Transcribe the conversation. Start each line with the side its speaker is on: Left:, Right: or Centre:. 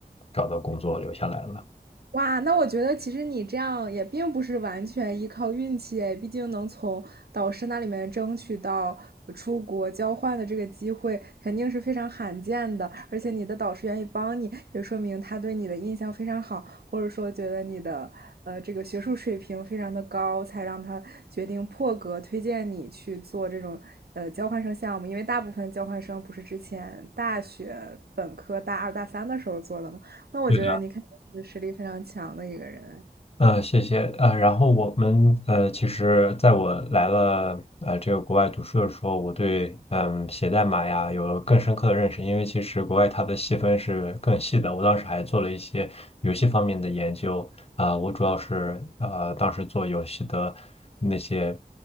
Left: 找到工作留下来了。
Right: 哇，那我觉得其实你这样也并不是完全依靠运气诶，毕竟能从导师那里面争取到出国交换的这个机会，肯定是非常罕见的。而且你的导师愿意帮你，也说明他对你的印象非常好。或者说觉得你的呃这个学术水平非常的高，才让他决定破格推荐你去做这种呃交换生项目。因为大部分交换生不是之前大学本科大二大三的时候做的吗？那我觉得你肯定是实力非常强的一个人。
Left: 对呃，谢谢。呃，然后我们呃，其实在我来了呃这个国外读书的时候，我对嗯写代码呀有了更深刻的认识，因为其实国外它的细分是更细的。我当时还做了一些游戏方面的研究啊，我主要是呃当时做游戏的那些